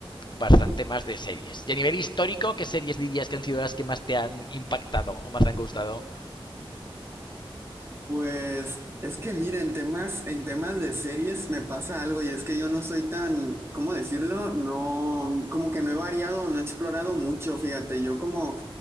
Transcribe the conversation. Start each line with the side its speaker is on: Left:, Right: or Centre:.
Left: bastante más de series. Y a nivel histórico, ¿qué series dirías que han sido las que más te han impactado o más te han gustado?
Right: Pues es que mira, en temas, en temas de series me pasa algo y es que yo no soy tan, ¿cómo decirlo? No, como que no he variado, no he explorado mucho, fíjate, yo como,